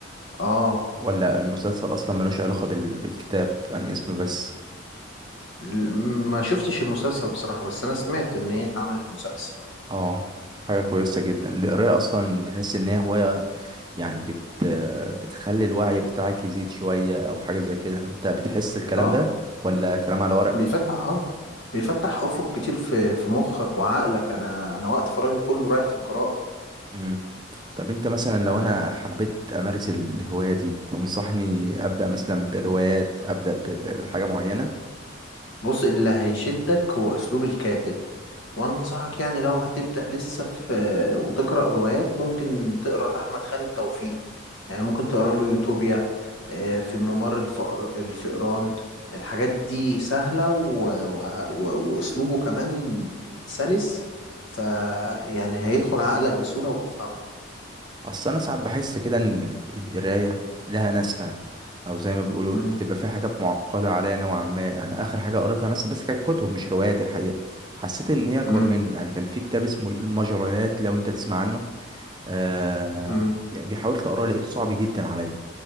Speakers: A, on the left (about 75°); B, on the right (about 20°).
A: اه
B: ولا المسلسل اصلا ملوش علاقة بال... بالكتاب يعني اسم بس
A: ل- ما شفتش المسلسل بصراحة بس انا سمعت ان هي اتعملت مسلسل
B: اه حاجة كويسة جدا القراية اصلا تحس ان هي هواية يعني بت... بتخلي الوعي بتاعك يزيد شوية او حاجة زي كده انت بتحس الكلام
A: اه
B: ده ولا كلام على ورق
A: بيفتح اه بيفتح افق كتير في في مخك وعقلك انا انا وقت فراغي كله رايح في القراءة
B: مم. طب انت مثلا لو
A: انا
B: انا حبيت امارس الهواية دي تنصحني ابدأ مثلا بروايات ابدأ ب... ب- بحاجة معينة
A: بص اللي هيشدك هو أسلوب الكاتب وأنصحك يعني لو هتبدأ لسه في وتقرأ روايات ممكن تقرأ لأحمد خالد توفيق يعني ممكن تقرأ له يوتوبيا آه، في ممر الفقر الفئران الحاجات دي سهلة و... وه- و... وأسلوبه كمان سلس فيعني هيدخل عقلك بسهولة وتفهمه
B: اصل انا ساعات بحس كده ان ال- القرايه لها ناسها او زي ما بيقولوا
A: مم.
B: بتبقى في حاجات معقده عليا نوعا ما انا اخر حاجه قريتها مثلا بس كانت كتب مش روايات الحقيقه حسيت ان هي اكبر
A: مم.
B: مني يعني كان في كتاب اسمه المجريات لو انت تسمع عنه آه
A: مم.
B: يعني حاولت اقراه لقيته صعب جدا عليا